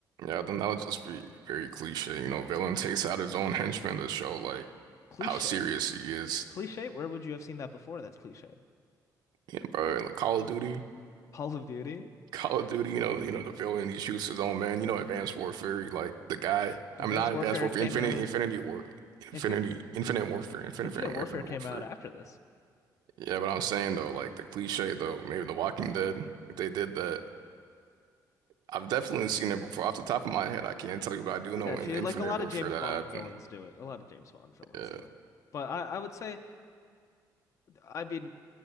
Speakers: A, on the right; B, on the left.
A: yeah, then that would just be very cliche. You know, villain takes out his own henchman to show like
B: Cliche.
A: how serious he is.
B: Cliche. Where would you have seen that before? That's cliche.
A: You know, bro, in the Call of Duty,
B: Call of Duty.
A: Call of Duty, you know, you know, the villain, he shoots his own man. You know, Advanced Warfare, like the guy, I
B: Advanced
A: mean, not
B: Warfare
A: Advanced Warfare,
B: came
A: Infinity,
B: out
A: Infinity War, Infinity,
B: if it
A: Infinite Warfare, Infinite,
B: Infinite
A: Warfare,
B: Warfare
A: Infinite
B: came
A: Warfare.
B: out after this.
A: Yeah, but I'm saying though, like the cliche though, maybe The Walking Dead, if they did that, I've definitely seen it before. Off the top of my head, I can't tell you, but I do
B: I
A: know
B: got
A: in
B: you.
A: Infinite
B: Like a lot
A: Warfare
B: of James
A: that
B: Bond
A: happened.
B: villains do it. A lot of James Bond villains
A: Yeah.
B: do it. But I, I would say I mean